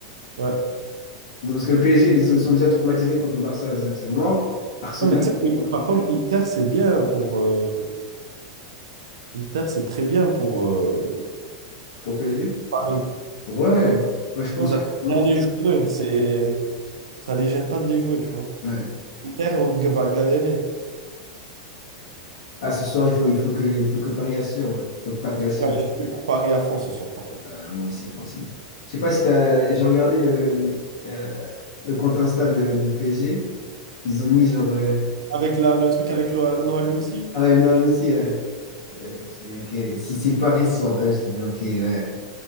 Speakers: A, on the right; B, on the left.
A: ouais.
B: Non, parce que le PSG, ils sont déjà traumatisés contre le Barça, c'est c'est mort. Arsenal
A: Non, mais tu sais, que,
B: pour
A: par contre, l'Inter, c'est bien pour. euh, Inter, c'est très bien pour euh,
B: pour PSG.
A: Paris.
B: Ouais, moi je pense
A: Ils
B: que
A: allaient
B: c'est vraiment
A: bien
B: fait.
A: les jouer. C'est... Ça les gêne pas de les jouer, tu vois.
B: Ouais.
A: Inter va galérer.
B: Ah, ce soir, il faut, il faut que, il faut que Paris assure. ouais. Il faut que Paris assure.
A: Ah, Je suis pour Paris à fond ce soir, par contre.
B: Ah, moi aussi, moi aussi. Je sais pas si t'as... J'ai regardé le, euh, le compte Insta de- du PSG. Ils ont mis genre. euh,
A: Avec la, le truc avec Lo- Noah Lumsi,
B: Ah ouais, non, lui aussi, ouais. Euh, je dis, ok, si c'est Paris ce soir, ouais, je dis, ok, ouais.